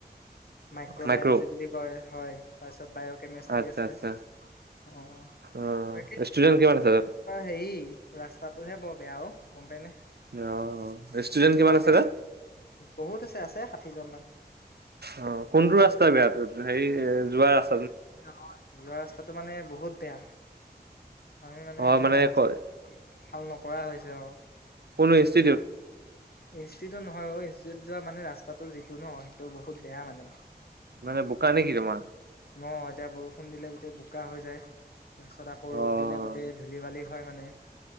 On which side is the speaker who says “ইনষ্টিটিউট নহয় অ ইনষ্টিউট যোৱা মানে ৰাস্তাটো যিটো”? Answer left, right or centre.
Left